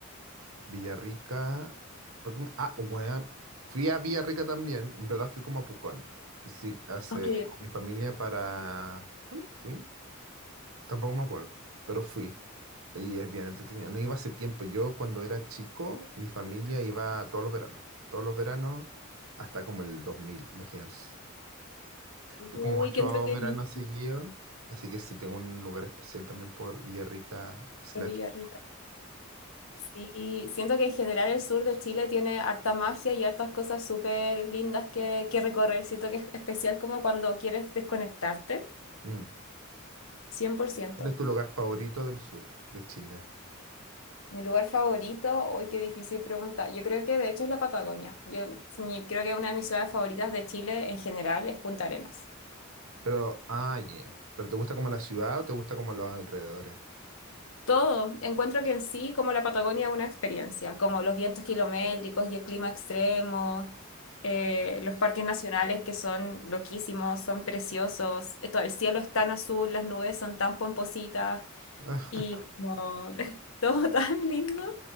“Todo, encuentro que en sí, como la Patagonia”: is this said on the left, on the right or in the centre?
Left